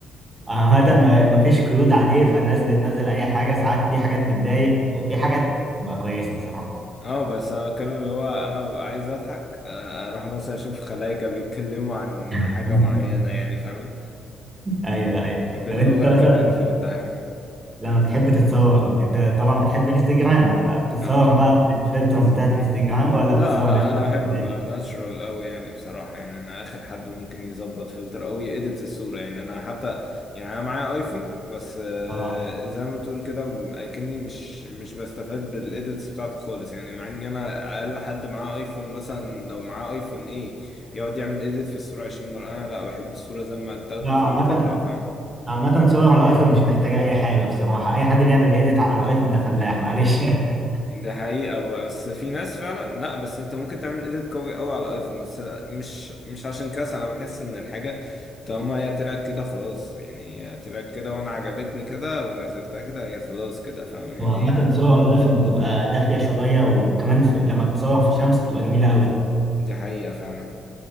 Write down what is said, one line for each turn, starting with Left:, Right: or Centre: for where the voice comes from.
Right: عامة مفيش قيود عليه فالناس بتنزل أي حاجة ساعات دي حاجات بتضايق وفي حاجات تبقى كويسة بصراحة
Left: اه بس انا بتكلم اللي هو انا ببقى عايز اضحك آه، اروح مثلا اشوف خلايجة بيتكلموا عن
Right: <laughs>
Left: حاجة معينة يعني فاهم
Right: أيوه أيوه
Left: في اللغة
Right: طب أنت مثلا
Left: كمان فبتضحكني
Right: لما بتحب تتصور أنت طبعا بتحب انستجرام فبتتصور
Left: اه
Right: بقى بالفلترز بتاعت انستجرام ولا
Left: لا
Right: بتتصور
Left: لا
Right: بالفلتر
Left: انا احب
Right: العادية؟
Left: ابقى ناتشرال قوي يعني بصراحة يعني انا اخر حد ممكن يظبط فلتر او يedit الصورة يعني انا حتى يعني انا معايا ايفون بس آه،
Right: اه
Left: زي ما بتقول كده م- اكني مش مش بستفاد بالايديتس بتاعته خالص يعني مع ان انا اقل حد معاه ايفون مثلا لو معاه ايفون ايه يقعد يعمل edit في الصورة 20 مرة انا لا بحب الصورة زي ما اتاخدت
Right: لا عامة
Left: زي ما تطلع فاهم
Right: عامة صور الأيفون مش محتاجة أي حاجة بصراحة أي حد بيعمل إيديت على الأيفون ده فلاح معلش <laughs>
Left: ده حقيقة بس في ناس فعلا لا بس انت ممكن تعمل ايديت قوي قوي على ايفون بس مش مش عشان كده انا بحس ان الحاجة طالما هي طلعت كده خلاص يعني هي طلعت كده وانا عجبتني كده ونزلتها كده هي خلاص كده فاهم يعني
Right: هو عامة
Left: هي
Right: صور الأيفون بتبقى دافية شوية وكمان في... لما بتصور في شمس بتبقى جميلة أوي
Left: دي حقيقة فعلا